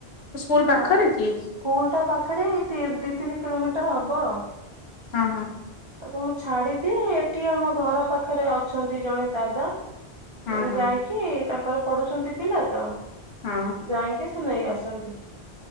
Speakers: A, on the left; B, on the right.
A: ସ୍କୁଲ ପାଖରେ
B: ଆଉ
A: କି
B: ସ୍କୁଲ ଟା ପାଖରେ ତିନ ଦି ତିନି କିଲୋମିଟର ହବ।
A: ହଁ, ହଁ।
B: ତାକୁ ମୁଁ ଛାଡିଦିଏ ଏଠି ଆମ ଘର ପାଖରେ ଅଛନ୍ତି ଜଣେ ଦାଦା।
A: ହଁ ହଁ
B: ଯାଇକି ତାଙ୍କର ପଢୁଛନ୍ତି ପିଲା ତ
A: ହଁ
B: ଯାଇକି ନେଇ ଆସନ୍ତି